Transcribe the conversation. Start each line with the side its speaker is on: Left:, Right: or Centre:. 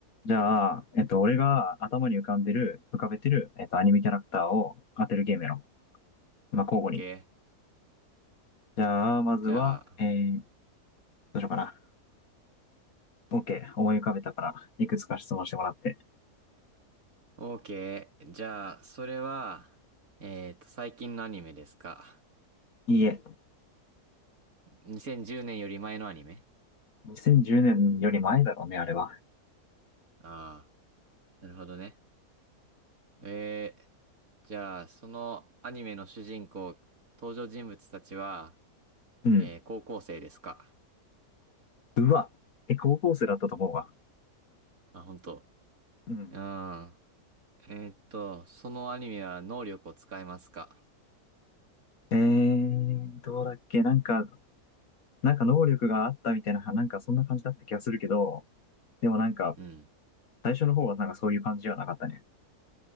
Left: じゃあ、えっと、俺が頭に浮かんでる、浮かべてる、えっと、アニメキャラクターを当てるゲームやろう。まあ、交互に。
Right: オッケー。
Left: じゃあ、まずは、
Right: じゃあ、
Left: えー、どうしようかな。OK。思い浮かべたから、いくつか質問してもらって。
Right: オ k ケー。じゃあ、それは、えっと、最近のアニメですか。
Left: いいえ。
Right: 2010年より前のアニメ
Left: 2010年より前だろうね、あれは。
Right: ああー、なるほどね。えー、じゃあ、そのアニメの主人公、登場人物たちは、
Left: うん。
Right: えー高校生ですか。
Left: うわ。え、高校生だったと思うわ。
Right: あ、本当。
Left: うん。
Right: うん。えーっと、そのアニメは能力を使いますか。
Left: えー、どうだっけなんか、なんか能力があったみたいな、なんかそんな感じだった気がするけど、でもなんか、
Right: うん。
Left: 最初の方はなんかそういう感じではなかったね。